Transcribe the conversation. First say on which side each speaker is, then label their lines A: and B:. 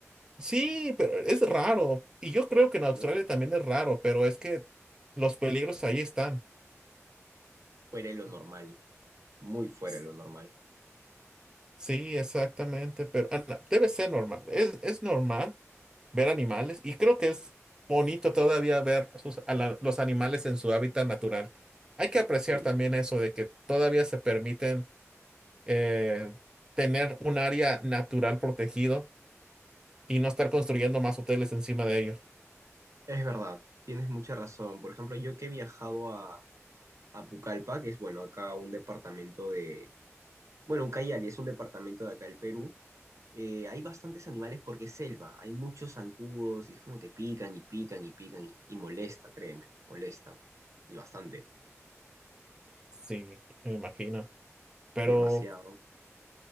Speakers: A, on the right; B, on the right.
A: Sí, pero es raro. Y yo creo que en
B: Qué
A: Australia
B: loco.
A: también es raro, pero es que los peligros ahí están.
B: Fuera de lo normal. Muy fuera
A: S-
B: de lo normal.
A: Sí, exactamente, pero ah, no, debe ser normal. Es, es normal ver animales y creo que es bonito todavía ver sus- a la- los animales en su hábitat natural. Hay que apreciar
B: Sí.
A: también eso de que todavía se permiten eh, tener un área natural protegido y no estar construyendo más hoteles encima de ello.
B: Es verdad. Tienes mucha razón. Por ejemplo, yo que he viajado a, a Pucallpa, que es, bueno, acá un departamento de. Bueno, un Cayali es un departamento de acá del Perú eh, hay bastantes animales porque es selva, hay muchos zancudos y es como que pican y pican y pican y, y molesta, créeme, molestan. Y bastante,
A: Sí, me imagino. pero
B: demasiado.